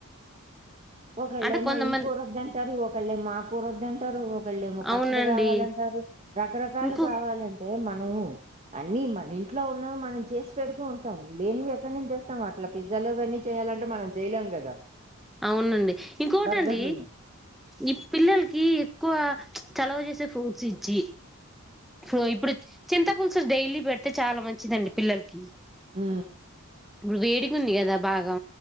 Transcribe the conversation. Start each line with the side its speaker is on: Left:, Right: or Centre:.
Right: ఒకళ్ళే
Centre: అంటే
Right: మో
Centre: కొంతమంది
Right: ఈ కూర వద్దా అంటారు ఒకళ్ళే మో అ కూర వద్ అంటారు ఓ ఒకళ్ళేమో పచ్చడి
Centre: అవునండి
Right: కావాల అంటారు రకరకాలు
Centre: ఇంకో
Right: కావాలి అంటే మనము అన్ని మన ఇంట్లో ఉన్న మనం చేసి పెడుతూ ఉంటామ్ లేనివి ఎక్కడి నుంచి తెస్తాం అట్లా పిజ్జాలో అవ అన్నీ చేయ్ జ్జలు అంటే మనం చేయ్ లేమ్ కదా
Centre: అవునఅండి ఇంకోట
Right: బర్గర్‌లును.
Centre: అండి ఈ పిల్లలకి ఎక్కువ చలవ చేసే ఫ్రూట్స్ ఇచ్చి సో ఇప్పుడు చింత పులుసు డైలీ పెడితే చాలా మంచిదఅండి పిల్లలకి
Right: మ్
Centre: ఇప్పుడు వేడిగు ఉంది కదా బాగా